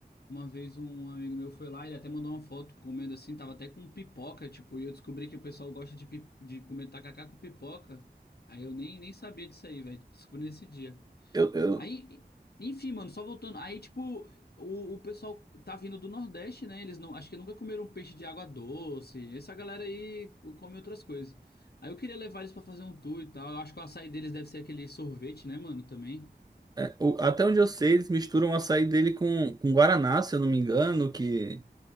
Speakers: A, on the left (about 70°); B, on the right (about 25°).
A: uma vez um amigo meu foi lá, ele até mandou uma foto comendo assim, tava até com pipoca, tipo, e eu descobri que o pessoal gosta de, pi- de comer tacacá com pipoca. Aí eu nem, nem sabia disso aí, velho. Descobri nesse dia.
B: Eu, eu,
A: Aí, enfim, mano, só voltando. Aí, tipo, o, o pessoal tá vindo do Nordeste, né? Eles não, acho que nunca comeram peixe de água doce. Essa galera aí come outras coisas. Aí eu queria levar eles pra fazer um tour e tal. Eu acho que o açaí deles deve ser aquele sorvete, né, mano, também.
B: é, o- até onde eu sei, eles misturam o açaí dele com, com Guaraná, se eu não me engano, que,